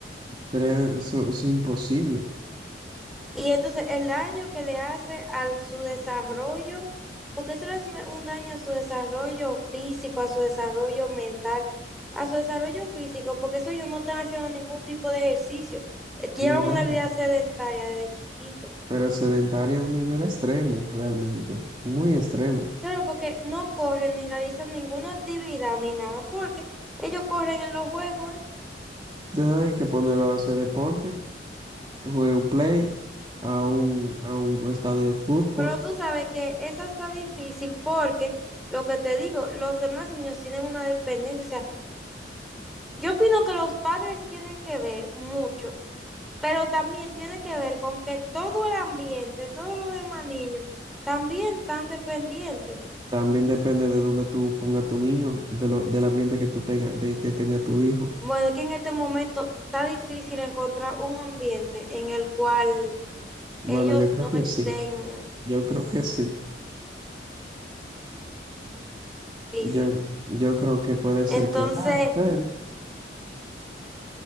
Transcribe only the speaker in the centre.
Y entonces el daño que le hace a su desarrollo, porque eso es un un daño a su desarrollo físico, a su desarrollo mental, a su desarrollo físico, porque eso ellos no están haciendo ningún tipo de ejercicio. Eh, Llevan
una vida sedentaria desde chiquito.
Claro, porque no corren ni realizan ninguna actividad ni nada, porque ellos corren en los juegos, ¿eh?
Pero tú sabes que esa está difícil porque, lo que te digo, los demás niños tienen una dependencia. O sea, yo opino que los padres tienen que ver mucho, pero también tiene que ver con que todo el ambiente, todos los demás niños, también están dependientes.
Bueno, es que en este momento está difícil encontrar un ambiente en el cual
ellos
no
estén
difícil.
Entonces,